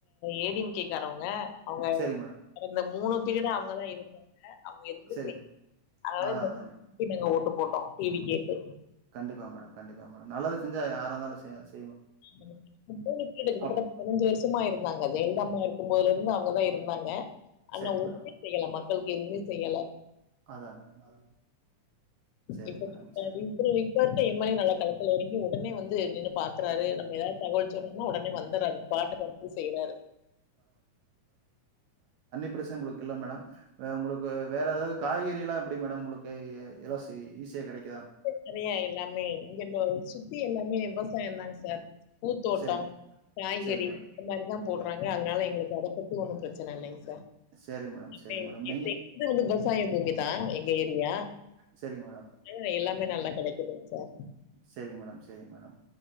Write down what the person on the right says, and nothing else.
சரி மேடம்
சரி
அதா அதா
கண்டிப்பா மேடம் கண்டிப்பா மேடம் நல்லது செஞ்சா யாராயிருந்தாலு செய
அப்
சரி
மேடம்
அதா மேடம் அதா சரிங்க
மேடம்
சரி
ப்ரசம் உங்களுக்கு இல்லே மேடம் உங்களுக்கு வேற எதாது காய்கறி எல்லாம் எப்படி மேடம் உங்களுக்கு எ எலா ஈஸியா கெடைக்
சரி
சரிங்க மேடம்
சரி மேடம்
சரி மேடம் நீங்க
சரிங்க மேடம்
சரிங்க மேடம் சரிங்க மேடம்